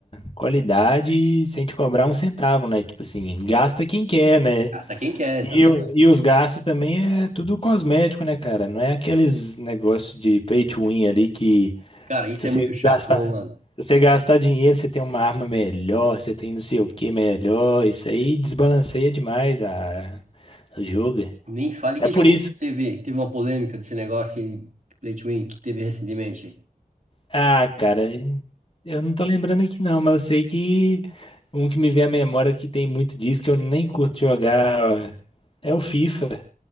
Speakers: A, on the left (about 40°); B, on the right (about 55°).
A: qualidade sem te cobrar um centavo, né? Tipo assim, gasta
B: É.
A: quem quer, né?
B: Gasta quem quer, exatamente.
A: E, o- e os gastos também é tudo cosmético, né, cara? Não é aqueles negócios de pay to win ali que
B: Cara, isso
A: se
B: é
A: você
B: muito chato,
A: gastar,
B: não, mano.
A: se você gastar dinheiro, você tem uma arma melhor, você tem não sei o que melhor. Isso aí desbalanceia demais a, a jogo.
B: Nem fale
A: É
B: que
A: por
B: jogo
A: isso
B: teve, teve uma polêmica desse negócio em Play to Win que teve recentemente.
A: Ah, cara, eu não tô lembrando aqui não, mas eu sei que um que me vem à memória que tem muito disso, que eu nem curto jogar, é o FIFA,